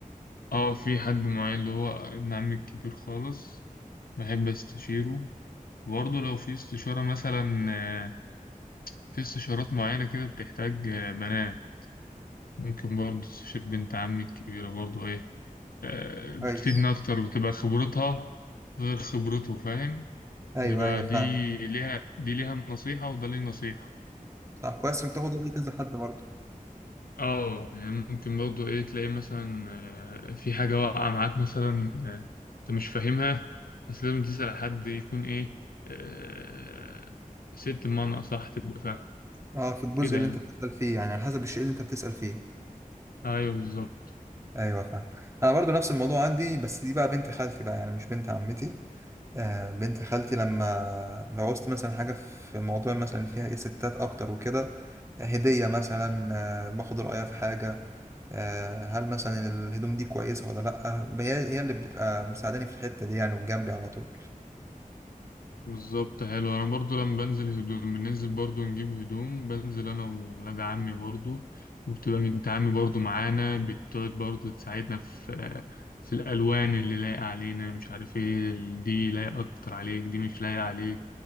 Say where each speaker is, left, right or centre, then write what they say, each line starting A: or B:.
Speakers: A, on the left; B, on the right.
A: اه في حد معين اللي هو ابن عمي الكبير خالص بحب استشيره برضو لو في استشارة مثلا آه، في استشارات معينة كده بتحتاج آه، بنات ممكن برضو استشير بنت عمي الكبيرة برضو ايه آه، بتفيدنا
B: كويس
A: اكتر بتبقى خبرتها غير خبرته فاهم
B: أيوه
A: بتبقى
B: أيوه فاهم
A: دي ليها دي ليها النصيحة وده ليه النصيحة
B: صح كويس إنك تاخد رأي كذا حد برضه
A: اه يعني ممكن برضه ايه تلاقي مثلا آه، في حاجة واقعة معاك مثلا آه، انت مش فاهمها بس لازم تسأل حد يكون ايه آه، ست بمعنى أصح تبقى فاهم
B: اه في الجزء
A: كده
B: اللي
A: يعني
B: انت بتسأل فيه يعني على حسب الشيء اللي انت بتسأل فيه
A: ايوه بالظبط
B: ايوه فاهم انا برضو نفس الموضوع عندي بس دي بقى بنت خالتي بقى يعني مش بنت عمتي آه بنت خالتي لما لو عوزت مثلا حاجة في موضوع مثلا فيها ايه ستات اكتر وكده هدية مثلا آه باخد رأيها في حاجة آه هل مثلا الهدوم دي كويسة ولا لأ هي هي اللي بتبقى مساعداني في الحتة دي يعني وجنبي على طول
A: بالظبط حلو انا برضو لما بنزل هدوم بننزل برضو نجيب هدوم بنزل انا وولاد عمي برضو وبتبقى بنت عمي برضو معانا بتقعد برضو تساعدنا في في الالوان اللي لايقه علينا مش عارف ايه دي لايقه اكتر عليك دي مش لايقه عليك